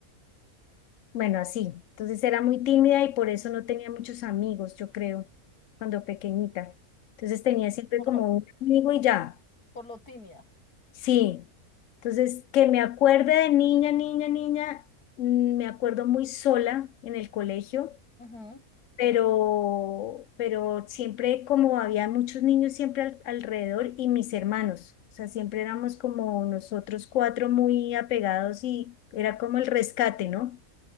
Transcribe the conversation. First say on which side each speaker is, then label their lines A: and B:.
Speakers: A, on the left; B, on the left.
A: bueno, así. Entonces era muy tímida y por eso no tenía muchos amigos, yo creo, cuando pequeñita. Entonces tenía siempre
B: por
A: como
B: lo,
A: un amigo y ya.
B: por lo tímida.
A: Sí. Entonces, que me acuerde de niña, niña, niña, mm, me acuerdo muy sola en el colegio
B: Ujú,
A: pero, pero siempre como había muchos niños siempre al- alrededor y mis hermanos, o sea, siempre éramos como nosotros cuatro muy apegados y era como el rescate, ¿no?